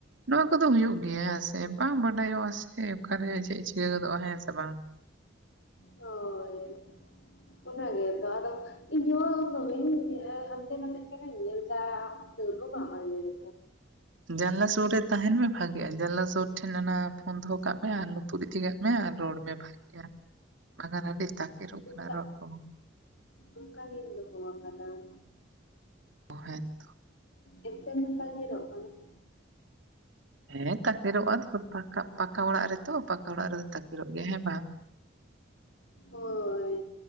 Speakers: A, on the right; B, on the left.
A: ᱱᱚᱣᱟ ᱠᱚᱼᱫᱚ ᱦᱩᱭᱩᱜ ᱜᱮᱭᱟ᱾ ᱦᱮᱸ ᱥᱮ ᱵᱟᱝ ᱵᱟᱰᱟᱭᱚᱜᱼᱟ᱾ ᱥᱮ ᱚᱠᱟᱨᱮ ᱪᱮᱫ ᱮᱸ ᱪᱤᱠᱟᱹ ᱜᱚᱫᱚᱜᱼᱟ᱾ ᱦᱮᱸ ᱥᱮ ᱵᱟᱝ ᱾ <unintelligible>
B: ᱦᱳᱭ ᱚᱱᱟ ᱜᱮᱛᱚ ᱟᱫᱚ ᱤᱧᱦᱚᱸ ᱫᱚᱢᱤᱧ ᱦᱟᱱᱛᱮ ᱱᱟᱛᱮᱜ ᱠᱟᱱᱟᱧ ᱧᱮᱞᱫᱟ ᱾ ᱛᱟᱶᱨᱮᱦᱚᱸ ᱵᱟᱢ ᱟᱡᱟᱢ ᱫᱟ᱾
A: ᱡᱟᱱᱟᱞᱟ ᱥᱩᱨ ᱨᱮ ᱛᱟᱦᱮᱸᱱ ᱢᱮ, ᱵᱷᱟᱜᱮᱜᱼᱟ ᱾ ᱡᱟᱱᱞᱟ ᱥᱩᱨ ᱴᱷᱮᱱ ᱚᱱᱟ ᱯᱷᱳᱱ ᱫᱚᱦᱚᱸ ᱠᱟᱜ ᱢᱮ ᱾ ᱟᱨ ᱛᱩᱨᱤ ᱛᱤᱱᱟᱹᱜ ᱢᱮ, ᱟᱨ ᱨᱚᱲ ᱢᱮ ᱵᱷᱟᱜᱮᱼᱭᱟ᱾ ᱵᱟᱝᱠᱷᱟᱱ ᱟᱹᱰᱤ ᱛᱟᱠᱮᱨᱚᱜ ᱠᱟᱱᱟ
B: ᱚᱱᱠᱟ
A: ᱨᱚᱲ ᱠᱚ
B: ᱚᱱᱠᱟ ᱜᱮᱧ ᱫᱚᱦᱚᱸᱣᱟᱠᱟᱫᱟ ᱾
A: ᱚᱸ ᱦᱮᱛᱚ
B: ᱮ ᱨᱮᱦᱚᱸ ᱛᱟᱠᱮᱨᱚᱜ ᱠᱟᱱᱟ ᱾
A: ᱦᱮᱸ ᱛᱟᱠᱮᱨᱚᱜᱼᱟ ᱾ ᱯᱟᱠᱟ, ᱯᱟᱠᱟ ᱚᱲᱟᱜ ᱨᱮᱛᱚ ᱯᱟᱠᱟ ᱚᱲᱟᱜ ᱨᱮᱫᱚ ᱛᱟᱠᱮᱨᱚᱜ ᱜᱮᱭᱟ᱾ ᱦᱮᱸ ᱵᱟᱝ ᱾
B: ᱦᱳᱭ